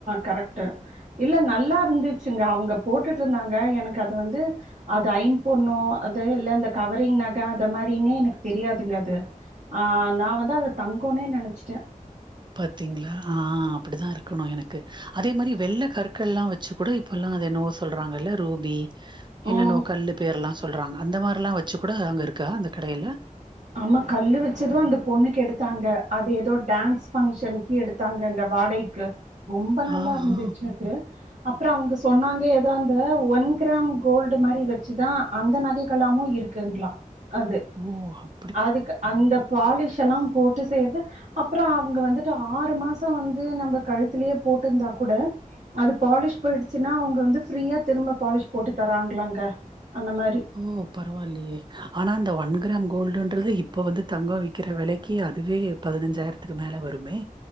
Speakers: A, on the right; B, on the right.
A: கரெட்டு இல்ல நல்லா இருந்துச்சுங்க அவங்க போட்டுட்டு இருந்தாங்க எனக்கு அது வந்து அது ஐம் பொண்ணோ அது இல்ல அந்த கவரிங் நகை அந்த மாரினே எனக்கு தெரியாதுங்க அது ஆ நா வந்து அத தங்கனே நெனைச்சிட்டே
B: பாத்தீங்களா ஆ அப்டிதா இருக்கணு எனக்கு அதே மாரி வெள்ள கற்கள் எல்லா வ ச்சு கூட இப்பெல்லா அது என்னவோ சொல்றாங்கல்ல ரூபி என்னன்னோ
A: ம்.
B: கல்லு பேர்லா சொல்றாங்க அந்த மாரிலா வச்சு கூட அங்க இருக்கா அந்த கடைல
A: ஆமா கல் வச்சது அந்த பொண்ணுக்கு எடுத்தாங்க அது எதோ டான்ஸ் ஃபங்க்ஷனுக்கு எடுத்தாங்க அங்க வாடகைக்கு ரொம்ப நல்லா
B: ஆஹா!
A: இருந்துச்சு அது அப்பறோ அவங்க சொன்னாங்க எதோ அந்த ஒன் கிராம் கோல்டு மாரி வச்சுதா அந்த நகைகளாமு இருக் க்குங்களா அது
B: ஓ அப்
A: அதுக்கு அந்த பாலிஷ் எல்லா போட்டு செய்யறது அப்பறோ அவங்க வந்துட்டு ஆறு மாசோ வந்து நம்ப கழுத்துலயே போட்டிருந்தா கூட அது பாலிஷ் போயிடுச்சுன்னா அவங்க வந்து ஃப்ரீயா திரும்ப பாலிஷ் போட்டு தராங்களாங்க அந்த மாரி
B: ஓ பரவால்லியே ஆனா அந்த ஒன் கிராம் கோல்டுன்றது இப்போ வந்து தங்கொ விக்கிற வெலைக்கு அதுவே பதினஞ்சாயிரத்துக்கு மேல வருமே